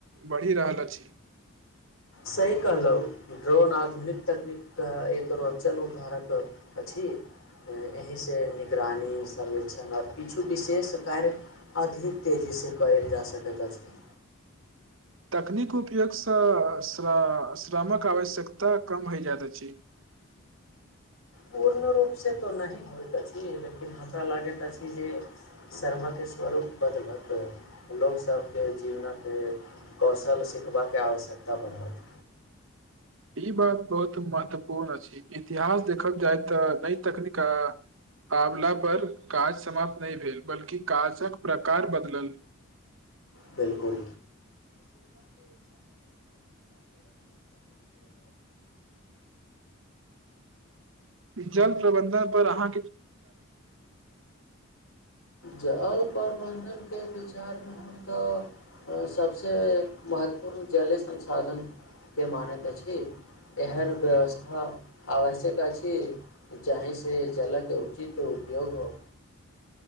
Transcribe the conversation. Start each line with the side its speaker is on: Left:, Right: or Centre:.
Right: बढ़ि रहल अछि
Left: सही कहलहुँ ड्रोन आधुनिक तकनीकके एक रोचन उधारक अछि एहिसँ निगरानी सर्वेक्षण आओर किछु विशेष कार्य अधिक तेजीसँ कयल जा सकैत अछि
Right: तकनीक उपयोगसँ श श्रमक आवश्यकता कम हैजायइत अछि
Left: पूर्ण रूपसँ तऽ नहि होइत अछि लेकिन हमरा लागैत अछि जे शर्मके स्वरूप बदलत लोकसभके जीवनक कौशल सिखबाकके आवश्यकता बढ़त
Right: ई बात बहुत महत्वपूर्ण अछि इतिहास देखल जाय तऽ नई तकनीक आ आबला पर काज समाप्त नहि भेल बल्कि काजक प्रकार बदलल
Left: बिलकुल
Right: जल प्रबन्धन पर अहाँ
Left: जल प्रबन्धनके विचारमे हम तऽ सभसे महत्वपूर्ण जल संसाधनके मानैत अछि एहन व्यवस्था आवश्यक अछि जाहिसँ जलके उचित उपयोग हो